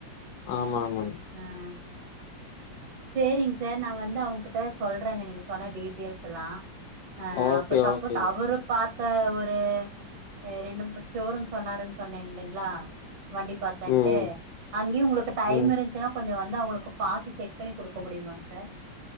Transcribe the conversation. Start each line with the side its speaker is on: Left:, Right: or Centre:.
Left: ஆமா ஆமாங்
Right: ஆ சேரிங் சார் நா வந்து அவங்ககிட்ட சொல்றேங்க நீங்க சொன்ன டீட்டெய்ல்ஸ் எல்லா. ஆ
Left: ஓகே
Right: அப்ப சப்போஸ்
Left: ஓகேங்க
Right: அவரு பா த்த ஒரு ஆ ரெண்டு மூணு ஷோரூம் சொன்னாருன்னு சொன்னே இல்லைங்களா வண்டி பாத்தன்ட்டு
Left: ம்
Right: அங்கயு உங்களுக்கு டைம்
Left: ம் ம்
Right: இருந்துச்சுனா கொஞ்ச வ ந்து அவங்களுக்கு பாத்து செக் பண்ணி குடுக்க முடியுமாங் சார்?